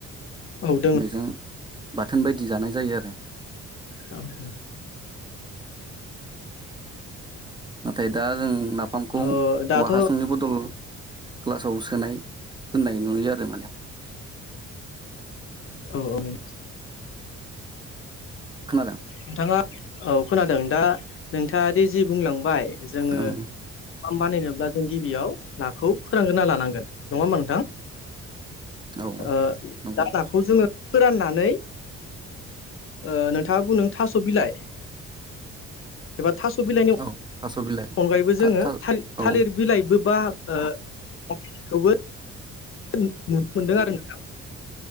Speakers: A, on the left; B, on the right.
A: औ दोङो
B: बेजों बाथोन बायदि जानाय जायो आरो।
A: औ औ
B: नाथाय दा जों नाफामखौ
A: ओ दाथ'
B: औवा हासुंनि बदल ग्लासाव सोनाय दोननाय नुयो आरो माने।
A: औ औनि
B: खोनादों
A: नोंथाङा औ खोनादों दा नोंथाङाद जि बुंलांबाय जोङो
B: ओं
A: नाफाम बानायनोब्ला जों गिबियाव नाखौ फोरानगोरना लानांगोन नङा होमबा नोंथां?
B: औ
A: <unintelligible>
B: नंगौ
A: खौ जोङो फोराननानै ओ नोंथाङा बुंदों थास' बिलाइ एबा थास' बिलाइनि
B: औ थास' बिलाइ
A: अनगायैबो
B: था
A: जोङो
B: था
A: थालिर
B: औ
A: थालिर बिलाइबो बा ओ खौबो नुनो मोनदों आरो नोंथां।